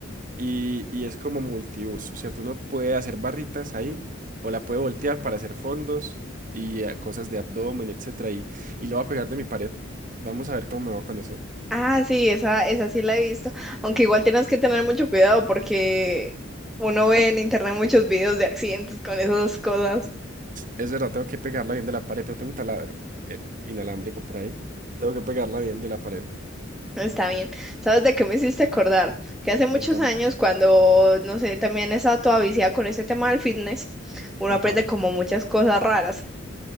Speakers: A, on the right; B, in the centre.
A: y, y es como multiuso, ¿cierto? Uno puede hacer barritas ahí o la puede voltear para hacer fondos y eh, cosas de abdomen, etcétera. Y, y lo voy a pegar de mi pared. Vamos a ver cómo me va con eso.
B: Ah, sí, esa, esa sí la he visto. Aunque igual tienes que tener mucho cuidado porque uno ve
A: Ah,
B: en internet muchos videos de accidentes con esas cosas.
A: Es verdad, tengo que pegarla bien de la pared, pero tengo un taladro el inalámbrico por ahí. Tengo que pegarla bien de la pared.
B: Está bien. ¿Sabes de qué me hiciste acordar? Que hace
A: Contame.
B: muchos años, cuando, no sé, también estaba toda viciada con ese tema del fitness, uno
A: Ajá.
B: aprende como muchas cosas raras.